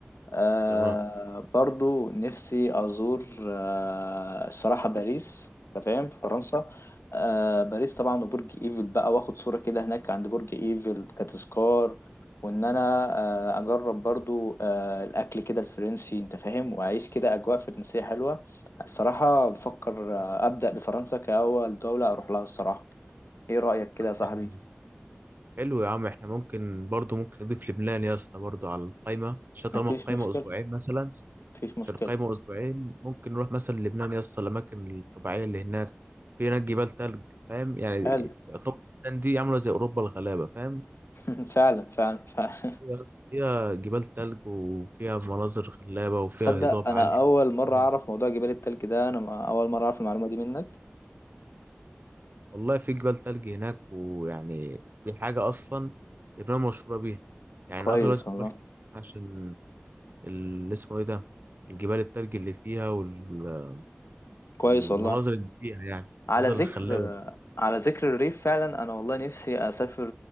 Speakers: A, on the left (about 75°); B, on the right (about 50°).
A: آه
B: تمام
A: برضو نفسي أزور آه الصراحة باريس أنت فاهم في فرنسا آه باريس طبعا وبرج إيفل بقى وآخد صورة كده هناك عند برج إيفل كتذكار وإن أنا آه أجرب برضو آه الأكل كده الفرنسي أنت فاهم وأعيش كده أجواء فرنسية حلوة الصراحة بفكر آه أبدأ بفرنسا كأول دولة أروح لها الصراحة إيه رأيك كده
B: طب
A: يا صاحبي؟
B: حلو حلو يا عم احنا ممكن برضو ممكن نضيف لبنان يا اسطى برضو على القايمة عشان طالما
A: مفيش
B: القايمة
A: مشكلة
B: أسبوعين مثلا
A: مفيش مشكلة
B: عشان القايمة أسبوعين ممكن نروح مثلا لبنان يا اسطى الأماكن الطبيعية اللي هناك في هناك جبال تلج فاهم يعني
A: حلو
B: يعتبر لبنان دي عاملة زي أوروبا الغلابة فاهم
A: <laughs> فعلا فعلا فعلا
B: يا اسطى فيها جبال تلج وفيها مناظر خلابة وفيها
A: تصدق
B: هضاب
A: انا
B: عالي
A: اول
B: وجبال-
A: مره اعرف موضوع جبال التلج ده انا ما- اول مره اعرف المعلومه دي منك
B: والله في جبال تلج هناك ويعني دي حاجة أصلا لبنان مشهورة بيها يعني
A: كويس
B: أغلب الناس بتروح
A: والله
B: عشان اللي اسمه ايه ده الجبال التلج اللي فيها وال-
A: كويس
B: والمناظر
A: والله
B: اللي فيها يعني
A: على
B: المناظر
A: ذكر
B: الخلابة دي.
A: على ذكر الريف فعلا انا والله نفسي اسافر